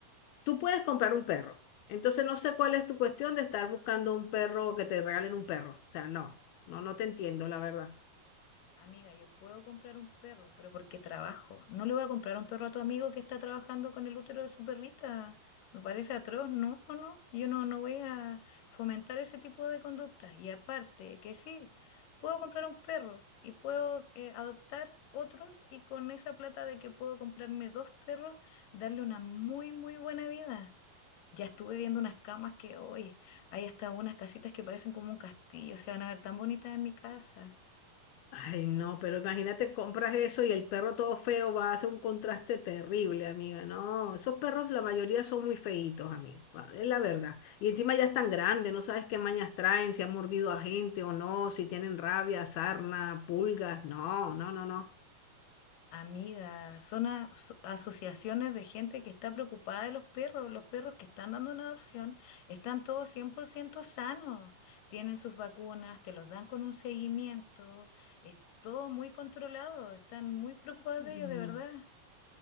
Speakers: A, on the left; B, on the left.
A: tú puedes comprar un perro. Entonces no sé cuál es tu cuestión de estar buscando un perro, que te regalen un perro. O sea, no, no, no te entiendo, la verdad.
B: Amiga, yo puedo comprar un perro, pero porque trabajo. No le voy a comprar un perro a tu amigo que está trabajando con el útero de su perrita. Me parece atroz. No, no, no. Yo no, no voy a fomentar ese tipo de conductas. Y aparte, que sí, puedo comprar un perro y puedo eh, adoptar otros y con esa plata de que puedo comprarme dos perros, darle una muy, muy buena vida. Ya estuve viendo unas camas que hoy hay hasta unas casitas que parecen como un castillo. Se van a ver tan bonitas en mi casa.
A: Ay, no, pero imagínate, compras eso y el perro todo feo va a hacer un contraste terrible, amiga. No, esos perros la mayoría son muy feitos, amiga. va, Es la verdad. Y encima ya están grandes, no sabes qué mañas traen, si han mordido a gente o no, si tienen rabia, sarna, pulgas. No, no, no, no.
B: Amiga, son aso- asociaciones de gente que está preocupada de los perros. Los perros que están dando una adopción están todos 100% sanos. Tienen sus vacunas, te los dan con un seguimiento. Es todo muy controlado. Están muy preocupados
A: Mm.
B: de ellos, de verdad.